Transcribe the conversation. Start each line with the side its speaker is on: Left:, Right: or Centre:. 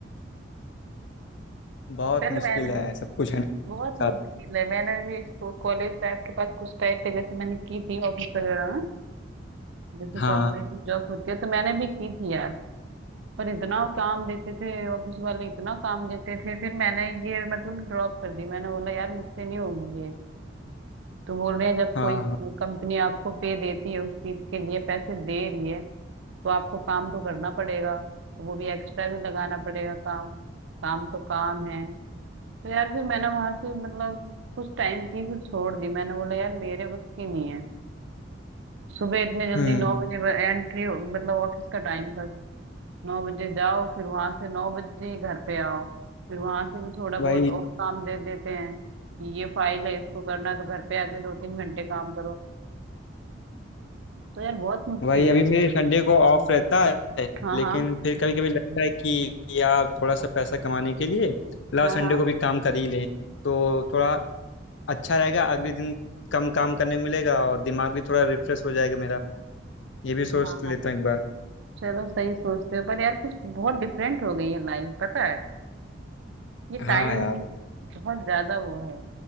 Left: बहुत
Right: पहले
Left: मुश्किल
Right: मैंने
Left: है सब कुछ है साथ
Right: बहुत मुश्किल है मैंने भी इसको कॉलेज टाइम के बाद कुछ टाइम पे जैसे मैंने की थी ऑफिस वगैरह में, जैसे
Left: हाँ
Right: कॉर्पोरेट में जॉब होती है तो मैंने भी की थी यार पर इतना काम देते थे ऑफिस वाले इतना काम देते थे फिर मैंने ये मतलब ड्रॉप कर दी मैंने बोला यार मुझसे नहीं होगी ये तो बोल रहे हैं जब
Left: हाँ
Right: कोई
Left: हाँ
Right: कंपनी आपको पे देती है उस चीज के लिए पैसे दे रही है तो आपको काम तो करना पड़ेगा वो भी एक्स्ट्रा भी लगाना पड़ेगा काम काम तो काम है तो यार फिर मैंने वहां से मतलब कुछ टाइम की फिर छोड़ दी मैंने बोला यार मेरे बस की नहीं है सुबह इतने जल्दी
Left: हम्म
Right: नौ बजे एंट्री मतलब ऑफिस का टाइम था नौ बजे जाओ फिर वहां से नौ बजे ही घर पे आओ फिर वहां से भी थोड़ा बहुत
Left: वही
Right: और काम दे देते हैं कि ये फाइल है इसको करना है तो घर पे आके दो तीन घंटे काम करो तो यार बहुत मुश्किल
Left: वही अभी
Right: है
Left: मेरे संडे को ऑफ रहता है
Right: हाँ
Left: लेकिन
Right: हाँ
Left: फिर कभी कभी लगता है कि यार थोड़ा सा पैसा कमाने के लिए लाओ
Right: हाँ
Left: संडे
Right: हाँ
Left: को भी काम कर ही लें तो थोड़ा अच्छा रहेगा अगले दिन कम काम करने को मिलेगा और दिमाग भी थोड़ा रिफ्रेश हो जाएगा मेरा ये भी सोच
Right: हाँ
Left: लेता
Right: हाँ
Left: हूँ एक बार
Right: चलो सही सोचते हो पर यार कुछ बहुत डिफरेंट हो गई है लाइफ पता है ये
Left: हाँ
Right: टाइम
Left: यार
Right: बहुत ज्यादा वो है